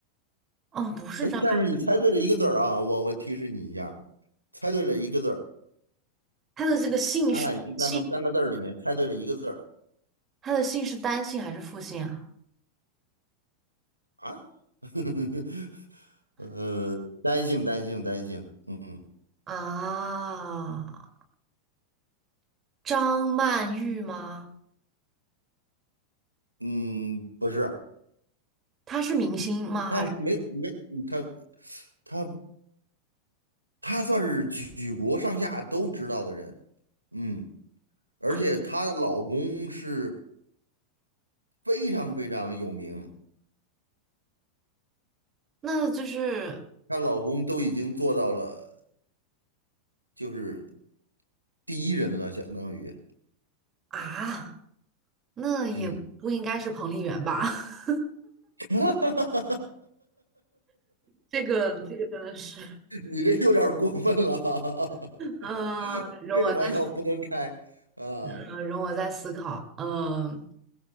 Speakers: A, on the right; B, on the right.
A: 哦，不是张爱，
B: 哎，但是你猜对了一个字儿啊，我我提示你一下，猜对了一个字儿，
A: 她的这个姓是姓，
B: 张爱玲咱们三个字儿里面猜对了一个字儿。
A: 她的姓是单姓还是复姓啊？
B: 啊，<laughs> 呃，单性单性单性，嗯
A: 啊，张曼玉吗？
B: 嗯，不是，
A: 她是明星吗？
B: 他没没他
A: 还是
B: 他他算是举国上下都知道的人，嗯，而且她的老公是
A: 啊？
B: 非常非常有名，
A: 那就是
B: 她老公都已经做到了就是第一人了，相当于，
A: 啊，那也不应该是彭丽媛吧？
B: 嗯，
A: <laughs>
B: <laughs>
A: 这个这个真的是，
B: 你这有点儿过分了。<laughs>
A: 嗯、容我再
B: 这种玩笑不能开啊。
A: 嗯，呃容我再思考。嗯、